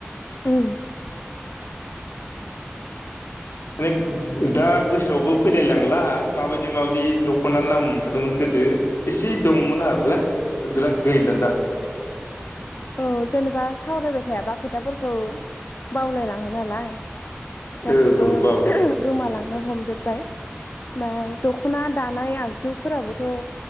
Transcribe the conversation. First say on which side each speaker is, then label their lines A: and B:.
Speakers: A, on the left; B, on the left.
A: उम।
B: माने दा गोसोआवबो फैलायलांला माबायदि माबायदि दख'ना नाम ओंखारदोंमोन गोदो एसे दंमोन आंहाबोरा गैला दा।
A: औ जेनेबा सावरायबाय थायाबा खोथाफोरखौ बावलाय लाङो नालाय। गासैबो
B: औ औ बाबु
A: गोमालांनो हमजोबबाय। मा दख'ना दानाय आगजुफोराबोथ'